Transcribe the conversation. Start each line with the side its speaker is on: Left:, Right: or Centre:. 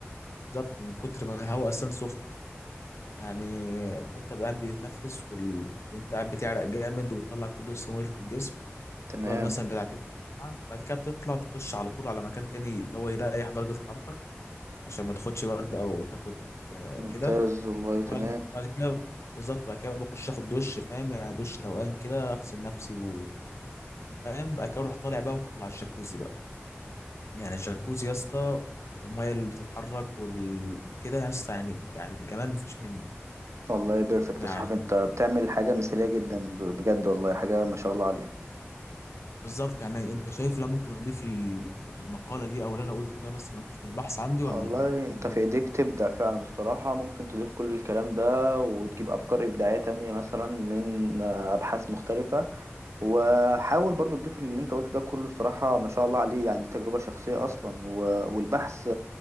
Left: بالظبط من كتر ما الهواء اصلا سخن يعني فانت قاعد بتتنفس وال... وانت قاعد بتعرق جامد وبتطلع كل السموم اللي في الجسم
Right: تمام
Left: بتقعد مثلا بتاع تلت ساعة، بعد كده بتطلع تخش على طول على مكان تاني ان هو يريح درجة حرارتك عشان ما تاخدش برد او تاخد آه،
Right: ممتاز
Left: كده
Right: والله تمام
Left: وبعد بعد كده بالظبط بعد كده بخش اخد دش فاهم يعني دش روقان كده اغسل نفسي وفاهم بعد كده اروح طالع بقى على الجاكوزي بقى يعني الجاكوزي يا اسطى والميه اللي بتتحرك وال... كده يا اسطى يعني يعني الجمال مفيش منه
Right: والله بيرفكت
Left: يعني
Right: يا صاحبي انت بتعمل حاجة مثالية جدا ب- بجد والله حاجة ما شاء الله عليها
Left: بالظبط يعني انت شايف لا ممكن اضيف ال- المقاله دي او اللي انا قلته ده مثلا اضيف في البحث عندي ولا
Right: والله انت
Left: إيه الدنيا
Right: في ايديك تبدع فعلا الصراحة ممكن تضيف كل الكلام ده وتجيب افكار ابداعية تانية مثلا من آه، ابحاث مختلفة وحاول برضو تضيف اللي انت قلت ده كله الصراحة ما شاء الله عليه يعني دي تجربة شخصية أصلا و- والبحث